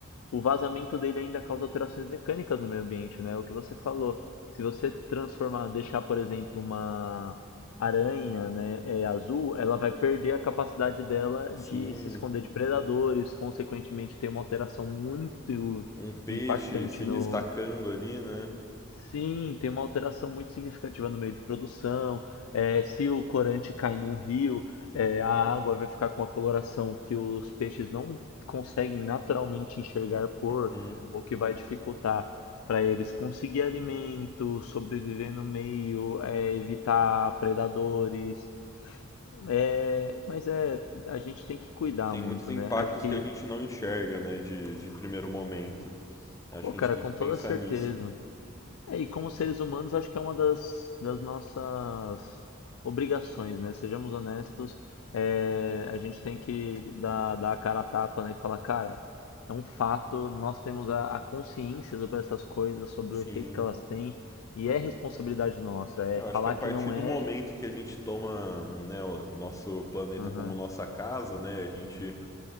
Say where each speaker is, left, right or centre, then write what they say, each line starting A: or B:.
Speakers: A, on the left; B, on the left.
A: o vazamento dele ainda causa alterações mecânicas no meio ambiente, né? O que você falou, se você transformar, deixar, por exemplo, uma aranha, né, é, azul, ela vai perder a capacidade dela
B: Sim,
A: de se esconder de predadores, consequentemente tem uma alteração muito
B: um peixe
A: impactante
B: se
A: no,
B: destacando ali, né?
A: Sim, tem uma alteração muito significativa no meio de produção. É, se o corante cai num rio, é, a água vai ficar com uma coloração que os peixes não conseguem naturalmente enxergar por,
B: Hum.
A: o que vai Uhum. dificultar para eles conseguir alimento, sobreviver no meio, é, evitar predadores. É, mas é, a gente tem que cuidar
B: Tem
A: muito,
B: muitos impactos
A: né? Acho que,
B: que a gente não enxerga, né, de, de primeiro momento. Acho
A: pô,
B: que
A: cara,
B: a gente tem
A: com
B: que
A: toda
B: pensar
A: certeza.
B: nisso.
A: É, e como seres humanos, acho que é uma das, das nossas obrigações, né? Sejamos honestos, é, a gente tem que dar, dar a cara a tapa, né? E falar, cara, é um fato, nós temos a, a consciência sobre essas coisas, sobre
B: Sim,
A: o efeito que elas têm, e é responsabilidade nossa. É
B: eu
A: falar
B: acho que a partir
A: que não é.
B: do momento que a gente toma, né, o nosso planeta
A: Aham,
B: como nossa casa, né, a gente